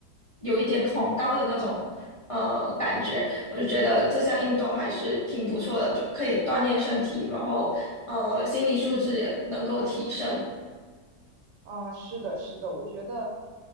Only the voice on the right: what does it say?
啊，是的，是的，我觉得